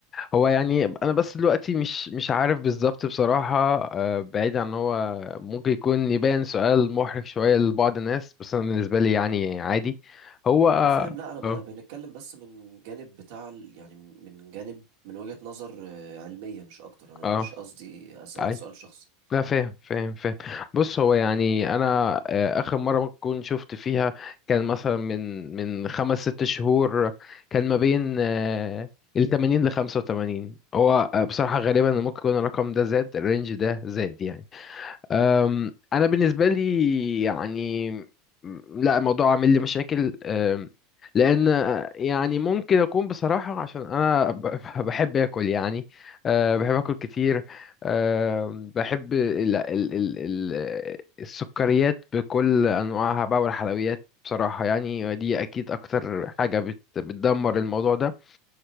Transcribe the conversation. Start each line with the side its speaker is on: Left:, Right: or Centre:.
Left: هو يعني انا بس دلوقتي مش مش عارف بالظبط بصراحة آه، بعيد عن هو ممكن يكون يبان سؤال محرج شوية لبعض الناس بس انا بالنسبة لي يعني عادي هو اه
Right: انا فاهم لا انا
Left: اه
Right: ب- بنتكلم بس من جانب بتاع ال- يعني من من جانب من وجهة نظر آه، علمية مش اكتر انا
Left: آه،
Right: مش قصدي اسالك
Left: اي
Right: سؤال شخصي
Left: لا فاهم فاهم فاهم بص هو يعني انا آه، اخر مره ممكن كنت شفت فيها كان مثلا من من خمس ست شهور كان ما بين آه، ال 80 ل 85 هو آه، بصراحه غالبا ممكن يكون الرقم ده زاد الرينج ده زاد يعني أم، انا بالنسبه لي يعني م- لا الموضوع عامل لي مشاكل أم، لان أه، يعني ممكن اكون بصراحه عشان انا ب- <laughs> بحب اكل يعني أه، بحب اكل كتير أم، بحب ال ال ال ال السكريات بكل انواعها بقى والحلويات بصراحه يعني دي اكيد اكتر حاجه بت- بتدمر الموضوع ده